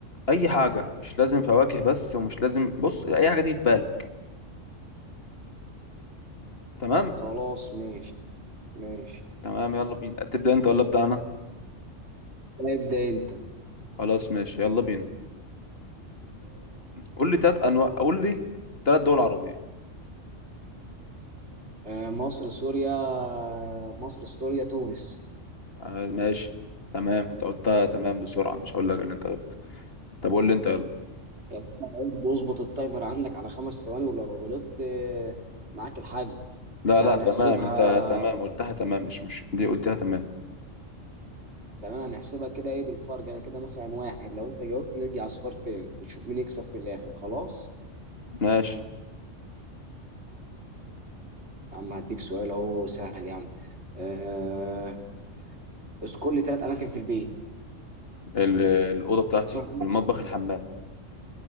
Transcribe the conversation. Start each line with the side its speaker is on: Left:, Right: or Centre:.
Left: اي حاجه مش لازم فواكه بس ومش لازم بص اي حاجه دي في بالك تمام
Right: خلاص ماشي ماشي
Left: تمام يلا بينا تبدا انت ولا ابدا انا
Right: ابدأ أنت
Left: خلاص ماشي يلا بينا قول لي ثلاث انواع قول لي ثلاث دول عربيه
Right: آه، مصر سوريا مصر سوريا تونس
Left: آه، ماشي تمام انت قلتها تمام بسرعة مش هقول لك اللي انت قلت طب قول لي انت يلا
Right: يعني أنا قلت بظبط التايمر عندك على خمس ثواني ولو غلطت آه، معاك الحاج
Left: لا
Right: احنا
Left: لا
Right: هنحسبها
Left: تمام انت تمام قلتها تمام مش مش دي قلتها تمام
Right: تمام هنحسبها كده ايه بالفرق انا كده مثلا واحد لو انت جاوبت نرجع اصفار تاني ونشوف مين يكسب في الاخر خلاص
Left: ماشي
Right: يا عم هديك سؤال اهو سهل يا عم آه، اذكر لي ثلاث اماكن في البيت
Left: ال- الأوضة بتاعتي
Right: <laughs>
Left: والمطبخ الحمام